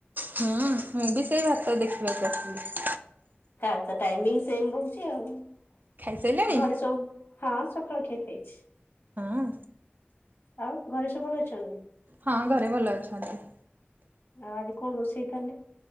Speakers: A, on the right; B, on the left.
A: ହୁଁ ମୁଁ ବି ସେଇ ଭାତ ଦେଖିବାକୁ ଆସିଚି।
B: ପ୍ରଏତ ଟାଇମିଙ୍ଗି ସେମେ ରହୁଚି ଆଉ
A: ଖାଇସାଇଲଣି?
B: ଘରେ ସବୁ ହଁ ସକାଳ କ୍ଷିଆ ଖାଇଛି।
A: ହଁ।
B: ଆଉ ଘରେ ସବୁ ଭଲ ଅଛନ୍ତି?
A: ହଁ ଘରେ ଭଲ ଅଛନ୍ତି।
B: ଆଉ ଆଜି କଣ ରୋଷେଇ ତାହେଲେ?